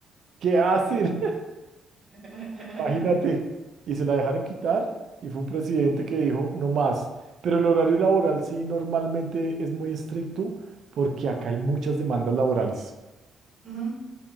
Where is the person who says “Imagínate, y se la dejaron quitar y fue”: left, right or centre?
Right